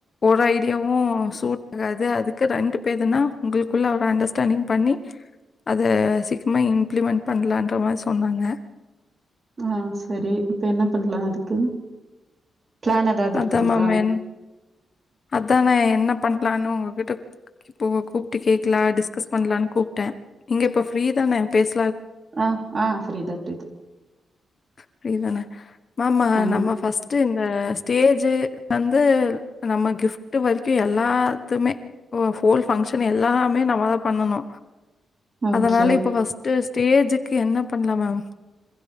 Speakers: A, on the left; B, on the right.
A: ஒரு ஐடியாவு சூட் ஆகாது அதுக்கு ரெண்டு பேதுனா உங்குளுக்குள்ள ஒரு அண்டர்ஸ்டாண்டிங் பண்ணி அத சீ சும்மா இம்ப்ளிமெண்ட் பண்லான்ற மாரி சொன்னாங்க
B: ஆஹ் செரி இப்ப என்ன பண்லா அதுக்கு பிளான் ஏதாவது இருக்குதுங்களா
A: அதா மேம் மென் அதா நா என்ன பண்லான்னு உங்கிட்ட இப்ப கூப்ட்டு கேட்கலா டிஸ்கஸ் பண்லான்னு கூப்ட்ட நீங்க இப்ப ஃப்ரீ தானெ பேச
B: ஆஹ் ஆஹ் ப்ஃரீதா ப்ஃரீதா.
A: ஃப்ரீதான மேம்
B: ம்
A: நம்ம ஃபஸ்ட் ஆ ஸ்டேஜ்ஜு வந்து நம்ம கிப்ஃட் வரிக்கு எல்லாத்துமே ஹோல் ஃபங்க்ஷன் எல்லாமே நம்மதா பண்ணனு.
B: ஓகே
A: அதனால இப்ப ஃப்ர்ஸ்ட்டு ஸ்டேஜுக்கு என்ன பண்ணலா மேம்.